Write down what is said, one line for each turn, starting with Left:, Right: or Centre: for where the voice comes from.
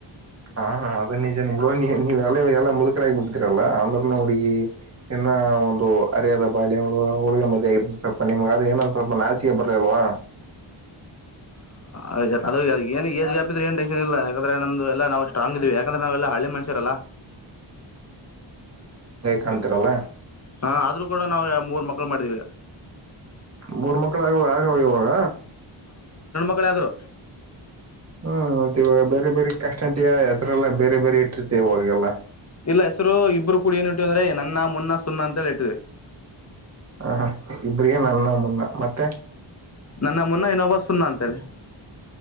Right: ಹಾ ಅದನ್ನ ನಿಜಾನಾ ಬಿಡುವ ನೀ ನೀವ್ ಎಲೆಲ್ಲ ಮುದುಕರ ಆಗ್ ಬಿಡ್ತೀರಲ್ಲಾ ಆಮ್ರ ಉಣ್ಣ ಹುಡುಗಿ ಇನ್ನ ಒಂದು ಅರಿಯದ ಬಾಲ್ಯ ಅವಳ ಅವಳ್ನ ಮದ್ವೆರ ಸಪ ನಿಮ್ಗ ಅದು ಏನ ಸ್ವಲ್ಪ ನಾಚಿಕೆ ಬರ್ಲಿಲ್ವಾ
Left: ಹೌ ಅದದು ಅದ ಏಜ್್ಯಾಪಿದ ಏ ಟೆನ್ಶನ್ ಇಲ್ಲ ಯಾಕಂದ್ರೆ ನಮ್ದುಲ್ಲ ನಾ ಸ್ಟ್ರಾಂಗ್ ಇದೀವಿ ಯಾಕಂದ್ರೆ ನಾವೆಲ್ಲಾ ಹಳ್ಳಿ ಮನುಷ್ಯರಲ್ಲ
Right: ಕಾಣ್ತರಲ್ಲ
Left: ಹಾ ಆದ್ರೂ ಕೂಡ ನಾವವು ಯಾವ ಮೂರ್ ಮಕ್ಳು ಮಾಡಿದೀವಿ ಈಗ
Right: ಮೂರ್ ಮಕ್ಳ ಆಗುವ ಆಗವ ಇವಾಗ
Left: ಾದ್ರು
Right: ಹ್ಮ್ ಮತ್ತೆ ಇವಾಗ ಬೇರೆ ಬೇರೆ ಕ್ಯಾಸ್ಟ್ ಅಂತಿಯಾ ಹೆಸ್ರರೆಲ್ಲ ಬೇರೆ ಬೇರೆ ಇಟ್ಟಿರ್ತವಾಗೆಲ್ಲ
Left: ಇಲ್ಲ ಹೆಸರು ಇಬ್ರು ಕೂಡಿ ಏನ್ಟ್ಟು ಅಂದ್ರೆ ನನ್ನ ಮುನ್ನ ಸುನ್ನ ಅಂತೇಳಿ ಇಟ್ಟಿವಿ
Right: ಹ ಇಬ್ರಿಗೆ ನನ್ನ ಮುನ್ನ ಮತ್ತೆ
Left: ನನ್ನ ಮುನ್ನ ಇನೋಬಾ ಸುನ್ನ ಅಂತ ಹೇಳಿ